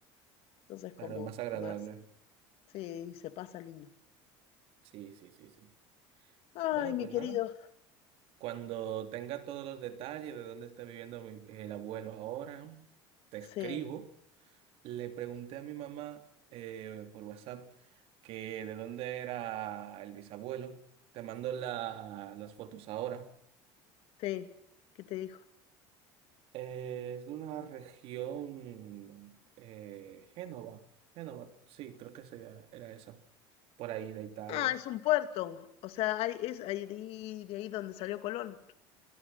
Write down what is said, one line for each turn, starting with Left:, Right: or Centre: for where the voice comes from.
Left: Entonces
Right: Claro,
Left: como
Right: es más agradable.
Left: más. Sí, se pasa lindo.
Right: Sí, sí, sí, sí.
Left: Ay,
Right: Bueno,
Left: mi
Right: pues
Left: querido.
Right: nada. Cuando tenga todos los detalles de dónde está viviendo mi- el abuelo ahora, te escribo.
Left: Sí,
Right: Le pregunté a mi mamá eh, por WhatsApp que de dónde era el bisabuelo. Te mando la- las fotos ahora.
Left: sí. ¿Qué te dijo?
Right: Eh, es de una región, eh, Génova. Génova, sí, creo que se- era esa. Por ahí de Italia.
Left: Ah, es un puerto. O sea, hay, es ahí de, de ahí donde salió Colón.